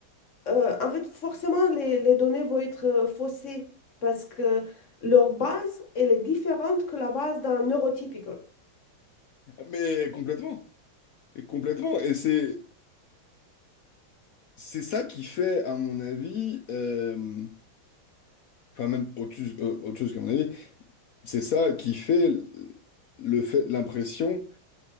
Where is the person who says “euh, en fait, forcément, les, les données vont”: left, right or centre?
Left